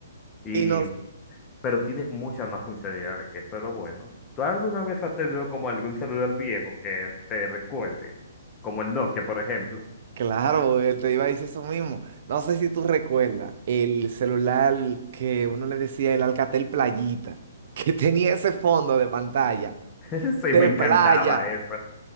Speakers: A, on the left; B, on the right.
A: Y,
B: y nos,
A: pero tiene muchas más funcionalidades, que eso es lo bueno. ¿Tú alguna vez has tenido como algún celular viejo que te recuerde? Como el Nokia, por ejemplo.
B: Claro, eh, te iba a decir eso mismo. No sé si tú recuerdas el celular que uno le decía el Alcatel Playita, <laughs> que tenía ese fondo de pantalla
A: <laughs> Sí,
B: de
A: me encantaba
B: playa
A: eso.